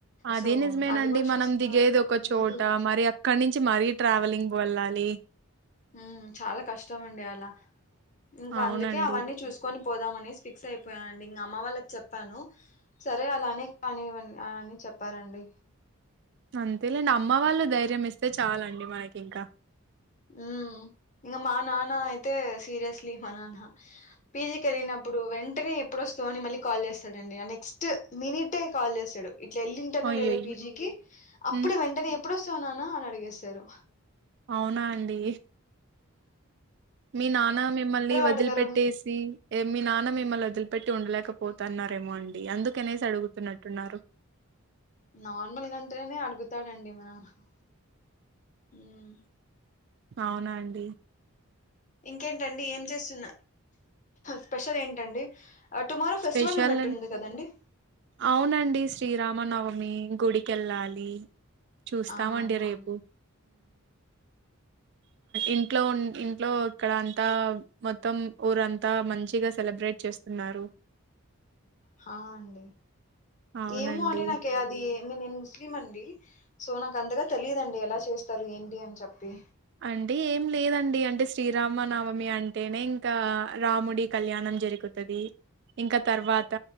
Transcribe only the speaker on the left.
సో
అవి కూడా
చూసుకోవాలి
ఏదో ఒక
ఉమ్ చాలా కష్టం అండి అలా, ఇంకా
అందుకే అవన్నీ చూసుకొని ప్ పోదామనేసి ఫిక్స్ అయిపోయా అండి ఇంగ అమ్మ వాళ్ళకి చెప్పాను, సరే అలానే కానివ్వండి ఆ అని చెప్ చెప్పారండి
ఉమ్ ఇంగ మా నాన్న అయితే సీరియస్లీ మా నాన్న, పిజీ కెళ్ళినప్పుడు వెంటనే ఎప్పుడోస్తావు అని మళ్ళీ కాల్ చేస్తడండి, ఆ నెక్స్ట్ మినిటే కాల్ చేస్తడు, ఇట్లా ఎళ్ళింటానో
లేదో పీజికి అప్
అప్పుడు వెంటనే ఎప్పుడొస్తవ్ నాన్న అనడిగేస్తరు.
అడగరో
వెళ్ళిపోతారు.
నార్మల్ కంటేనే అడుగుతాడండి మ నాన్న ఉమ్
ఇంకేంటండి, ఏం చేస్తున్న స్పెషల్ ఏంటండి? టుమారో
ఫెస్టివల్ ఉన్నట్టుంది
కదండి
ఆ అండి
హా అండి
ఏమో అండి నాకది ఏ నేను ముస్లిం అండి, సో నాకు అంతగా తెలియదండి ఎలా చేస్తారు, ఏంటి అని చెప్పి.